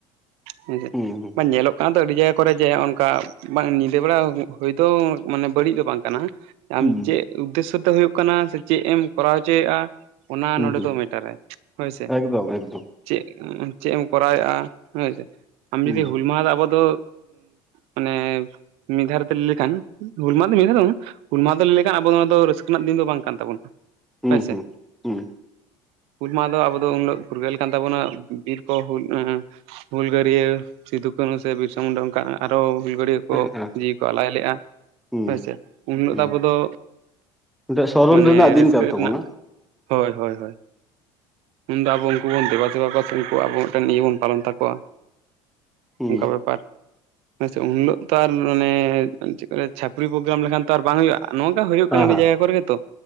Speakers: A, on the right; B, in the centre.
A: ᱦᱮᱸᱪ
B: ᱦᱩᱸ ᱦᱩᱸ
A: ᱵᱟᱝ ᱧᱮᱞᱚᱜ ᱠᱟᱱ ᱟᱹᱰᱤ ᱡᱟᱭᱜᱟ ᱠᱚᱨᱮ ᱡᱮ ᱱᱚᱝᱠᱟ ᱧᱤᱫᱟᱹ ᱵᱮᱲᱟ ᱦᱩᱭ ᱛᱚ ᱢᱟᱱᱮ ᱵᱟᱹᱲᱤᱡ ᱫᱚ ᱵᱟᱝ ᱠᱟᱱᱟ ᱟᱢ
B: ᱦᱩᱸ
A: ᱪᱮᱫ ᱩᱫᱽᱫᱮᱥᱚ ᱛᱮ ᱦᱩᱭᱩᱜ ᱠᱟᱱᱟ ᱥᱮ ᱪᱮᱫ ᱮᱢ ᱠᱚᱨᱟᱣ ᱦᱚᱪᱚᱭᱮᱫᱟ ᱚᱱᱟ
B: ᱦᱩᱸ
A: ᱱᱚᱸᱰᱮ
B: ᱦᱩᱸ
A: ᱪ ᱢᱤᱴᱟᱨ ᱟᱭ ᱦᱳᱭᱥᱮ
B: ᱮᱠᱫᱚᱢ ᱮᱠᱫᱚᱢ
A: ᱪᱮᱫ ᱪᱮᱫ ᱮᱢ ᱠᱚᱨᱟᱣ ᱮᱫᱼᱟ ᱦᱳᱭ ᱥᱮ ᱟᱢ
B: ᱦᱩᱸ
A: ᱡᱩᱫᱤᱢ ᱦᱩᱞ ᱢᱟᱦᱟ ᱨᱮ ᱟᱵᱚ ᱫᱚ ᱢᱟᱱᱮ ᱢᱤᱫᱹ ᱫᱷᱟᱳᱨᱮᱯᱮ ᱞᱟᱹᱭ ᱞᱮᱠᱷᱟᱱ ᱦᱩᱞ ᱢᱟᱦᱟ ᱫᱚ ᱢᱮᱱᱮᱫ ᱵᱟᱝ ᱦᱩᱞ ᱢᱟᱦ ᱫᱚ ᱞᱟᱹᱭ ᱞᱮᱠᱷᱟᱱ ᱟᱵᱚ ᱱᱚᱣᱟ ᱫᱚ ᱨᱟᱹᱥᱠᱟᱹ ᱨᱮᱱᱟᱜ ᱫᱤᱱ ᱫᱚ ᱵᱟᱝ ᱠᱟᱱ ᱛᱟᱵᱚᱱᱟ
B: ᱦᱩᱸ
A: ᱦᱳᱭ ᱥᱮ
B: ᱦᱩᱸ ᱦᱩᱸ
A: <inaudible> ᱦᱩᱞ ᱢᱟᱦᱟ ᱫᱚ ᱟᱵᱚ ᱫᱚ ᱩᱱᱟᱹᱜ ᱯᱷᱩᱨᱜᱟᱹᱞ ᱠᱟᱱ ᱛᱟᱵᱚᱱᱟ ᱵᱤᱨ ᱠᱚ ᱦᱩᱞ ᱦᱩᱞᱜᱟᱹᱨᱭᱟᱹ ᱥᱤᱫᱩᱠᱱᱩ ᱠᱱ ᱥᱮ ᱵᱤᱨᱥᱟ ᱢᱩᱱᱰᱟ ᱚᱱᱠᱟ ᱟᱨ ᱦᱚ ᱦᱩᱞᱜᱟᱹᱨᱭᱟᱹ ᱠᱚ
B: ᱦᱮᱸ ᱦᱮᱸ
A: ᱡᱤᱣᱤ ᱠᱚ ᱟᱞᱟᱭ ᱞᱮᱫ-ᱟ
B: ᱦᱩᱸ
A: ᱦᱮᱸᱥᱮ ᱩᱱ ᱦᱤᱞᱳᱜ
B: ᱦᱩᱸ
A: ᱫᱚ ᱟᱵᱚ ᱫᱚ
B: ᱢᱤᱫᱴᱮᱡ ᱥᱚᱨᱚᱱ
A: ᱢᱟᱱᱮ
B: ᱨᱮᱱᱟᱜ ᱫᱤᱱ
A: ᱨᱟᱹᱥᱠᱟᱹ
B: ᱠᱟᱱ ᱛᱟᱵᱚᱱᱟ
A: ᱨᱮᱱᱟᱜ ᱦᱳᱭ ᱦᱳᱭ ᱩᱱᱫᱚ ᱟᱵᱚ ᱩᱱᱠᱩ ᱵᱚᱱ ᱫᱮᱵᱟ ᱥᱮᱵᱟ ᱠᱚᱣᱟ ᱥᱮ ᱩᱱᱠᱩ ᱟᱵᱚ ᱢᱤᱫᱴᱮᱱ ᱤᱭᱟᱹ ᱵᱚᱱ ᱯᱟᱞᱚᱱ ᱛᱟᱠᱚᱣᱟ
B: ᱦᱩᱸ
A: ᱚᱱᱠᱟ ᱵᱮᱯᱟᱨ ᱟᱪᱷᱟ ᱩᱱᱦᱤᱞᱳᱜ ᱛᱚ ᱟᱨ ᱢᱟᱱᱮ ᱪᱮᱫ ᱠᱚ ᱪᱷᱟᱹᱯᱨᱤ ᱯᱨᱳᱜᱨᱟᱢ ᱞᱮᱠᱷᱟᱱ ᱛᱚ ᱟᱨ ᱵᱟᱝ ᱦᱩᱭᱩᱜ-ᱟ ᱱᱚᱝᱠᱟ ᱦᱩᱭᱩᱜ ᱠᱟᱱᱟ
B: ᱦᱮᱸ
A: ᱟᱹᱰᱤ
B: ᱦᱮᱸ
A: ᱡᱟᱭᱜᱟ ᱠᱚᱨᱮ ᱜᱮ ᱛᱚ